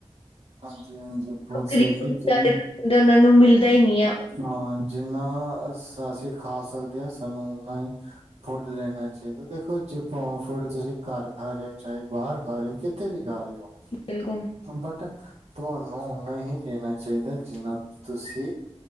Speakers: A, on the right; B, on the left.
A: ਹਾਂਜੀ-ਹਾਂਜੀ ਬਹੁਤ ਸਹੀ
B: ਗਰੀਬ
A: ਕਿ
B: ਲੋਕ ਹੁੰਦੇ
A: ਜਿੰਨ
B: ਵਿਚਾਰੇ ਉਹਨਾਂ ਨੂੰ ਮਿਲਦਾ ਈ ਨੀ ਐ।
A: ਹਾਂ ਜਿੰਨਾ ਅਸੀਂ ਖਾ ਸਕਦੇ ਆਂ, ਸਾਨੂੰ ਓਨਾ ਹੀ ਫੂਡ ਲੈਣਾ ਜੇ ਤਾਂ ਦੇਖੋ ਜੇ ਫੂਡ ਤੁਸੀਂ ਘਰ ਖਾ ਰਹੇ ਹੋ, ਚਾਹੇ ਬਾਹਰ ਖਾ ਰਹੇ ਹੋ, ਕਿਤੇ ਵੀ ਖਾ ਰਹੇ ਹੋ
B: ਬਿਲਕੁਲ।
A: ਬਟ ਤੁਹਾਨੂੰ ਓਨਾ ਹੀ ਲੈਣਾ ਚਾਹੀਦਾ, ਜਿੰਨਾ ਤੁਸੀਂ